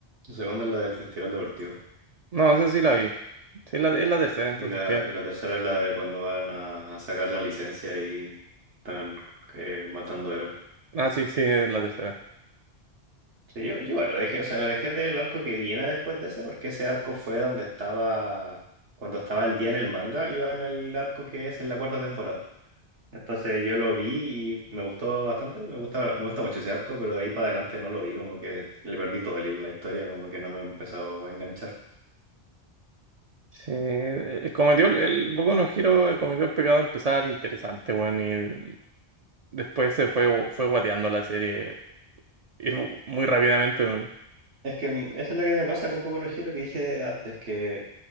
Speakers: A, on the right (about 85°); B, on the right (about 55°).
A: La segunda es la del Festival Deportivo.
B: No, esa sí la vi. Sí, la, es la tercera, entonces
A: Y la,
B: ¿qué?
A: y la tercera es la de cuando van a, a sacar la licencia y están eh, matando héroes.
B: Ah, sí, sí, es la tercera.
A: Sí, yo, yo igual lo dejé, o sea, lo dejé del arco que viene después de ese, porque ese arco fue donde estaba, cuando estaba el día en el manga, iba en el arco que es en la cuarta temporada. Entonces yo lo vi y me gustó bastante, me gusta, me gusta mucho ese arco, pero de ahí para adelante no lo vi, como que le perdí todo el hilo a la historia, como que no me empezó a enganchar.
B: Sí, eh, cometió el, el Boku no Hero cometió el pecado de empezar interesante, weón. Después se fue, fue guateando la serie. Y mu- muy rápidamente, weón.
A: Es que mm, eso es lo que me pasa con Boku no Hero que dije antes, que